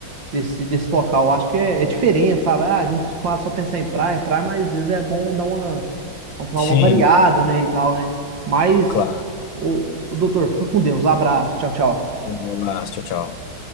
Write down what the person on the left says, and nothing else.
Sim,
claro.
Um abraço, tchau, tchau.